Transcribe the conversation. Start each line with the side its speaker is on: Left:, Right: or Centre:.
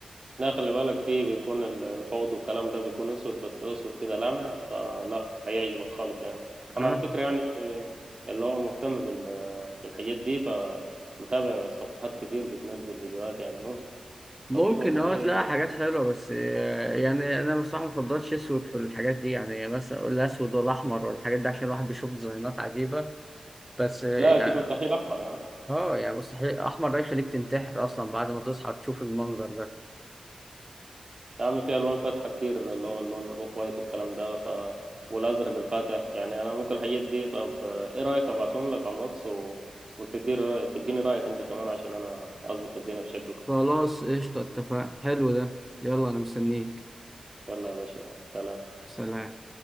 Right: لا خلي بالك فيه بيكون ال- الحوض والكلام ده بيكون اسود بس اسود كده لامع فلا هيعجبك خالص يعني
Centre: آه.
Right: انا على فكرة يعني اللي هو مهتم بال- بالحاجات دي فمتابع صفحات كتير بتنزل فيديوهات يعني ممكن لو
Centre: ممكن
Right: كده والله
Centre: اه تلاقي حاجات حلوة بس آه، يعني أنا بصراحة مفضلش أسود في الحاجات دي يعني مثلا أقول الأسود ولا أحمر ولا الحاجات دي عشان الواحد بيشوف ديزاينات عجيبة بس اه يعني
Right: لا اكيد مستحيل احمر يا عم
Centre: آه، يعني مستحيل أحمر ده يخليك تنتحر أصلا بعد ما تصحى تشوف المنظر ده
Right: يا عم في الوان فاتحة كتير اللي هو اللون الاوف وايت والكلام ده ف والازرق الفاتح يعني انا ممكن الحاجات دي طب ايه رايك ابعتهم لك على الواتس و... وتديني رايك تديني رايك انت كمان عشان انا اظبط الدنيا في شقتي
Centre: خلاص قشطة اتفقنا حلو ده يلا أنا مستنيك
Right: يلا يا باشا سلام
Centre: سلام